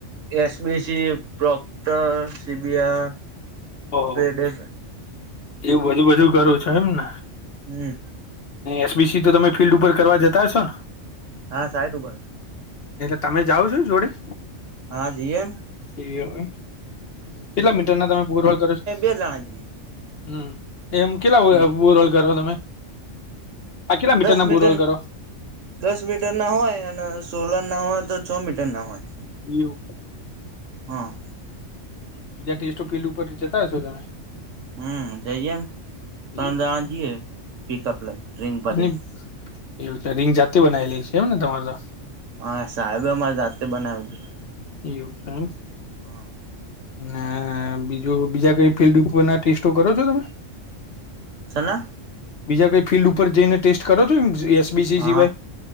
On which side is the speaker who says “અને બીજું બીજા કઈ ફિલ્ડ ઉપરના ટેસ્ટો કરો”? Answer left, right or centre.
Left